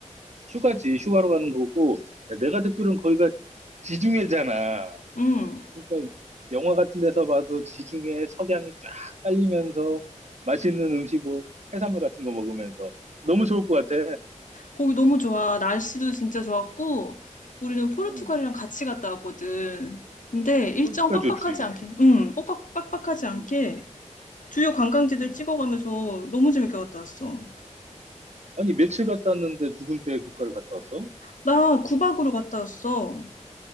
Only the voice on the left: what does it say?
응.
거기 너무 좋아. 날씨도 진짜 좋았고. 우리는 포르투갈이랑
같이 갔다 왔거든. 근데 일정
빡빡하지
않게, 응, 빡빡, 빡빡하지 않게
주요 관광지들
찍어가면서 너무 재밌게 갔다 왔어.
나 9박으로 갔다 왔어.